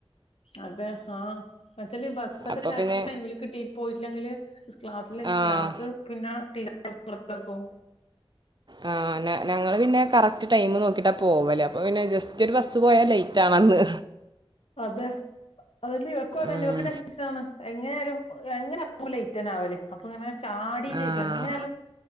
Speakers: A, on the left (about 75°); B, on the right (about 50°).
A: അതെ ആ. വെച്ചാല് ബസ്സൊക്കെ
B: അപ്പൊ
A: കറക്റ്റ്
B: പിന്നെ
A: ടൈമില് കിട്ടി പോയിട്ടില്ലെങ്കിൽ ക്ലാസ്സില്
B: ആഹ്
A: ക്ലാസ് പിന്നെ. <unintelligible> പുർത്താക്കും.
B: ആ ഞങ്ങള്ൾ പിന്നെ കറക്റ്റ് ടൈം നോക്കിട്ടാ പോവല് അപ്പൊ പിന്നെ ജസ്റ്റ് ഒരു ബസ്സ് പോയാൽ ലേറ്റ് ആണ്. അന്ന്.
A: അതെ അതെല്ല ഇവക്കുഅതെന്നെ
B: ഉം
A: <unintelligible> എങ്ങനെ എങ്ങനയാലും ലെയ്റ്റന്നാവൽ അപ്പൊ ഇങ്ങനെ ചാടി ചെയ്ത
B: ആഹ്
A: എങ്ങനെയാലും